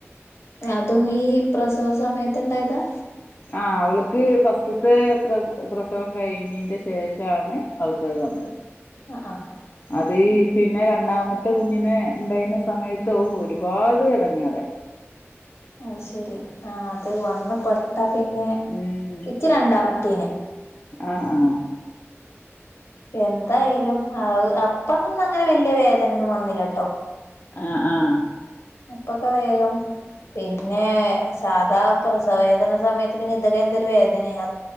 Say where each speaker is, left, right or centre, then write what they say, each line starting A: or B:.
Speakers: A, on the left; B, on the left.
A: അതും ഈ പ്രസവ സമയത്ത് ഇണ്ടായതാ?
B: ആഹ് അവൾക്ക് ഫസ്റ്റത്തെ പ്ര പ്രസവം കഴിഞ്ഞേന്റെ ശേഷമാണ് അവൾക്ക് അത് വന്നത്.
A: ആഹ് ആഹ്.
B: അത് പിന്നെ രണ്ടാമത്തെ കുഞ്ഞിനെ ഉണ്ടായിരുന്ന സമയത്ത് ഓ ഒരുപാട് ഇടങ്ങേറായി.
A: അത്ശെരി ആഹ് അത് വന്ന് പെട്ടാ പിന്നെ
B: ഉം
A: ഇച് രണ്ടാമത്തേന്.
B: ആഹ് ആഹ്.
A: എന്തായാലും അപ്പൊന്നും അങ്ങനെ വലിയ വേദന ഒന്നും വന്നില്ലാട്ടോ.
B: ആഹ് ആഹ്.
A: അപ്പൊക്കെ വേഗം പിന്നെ സാധാ പ്രസവവേദന സമയത്ത് പിന്നെ ഇതൊക്കെ എന്തൊരു വേദനയാ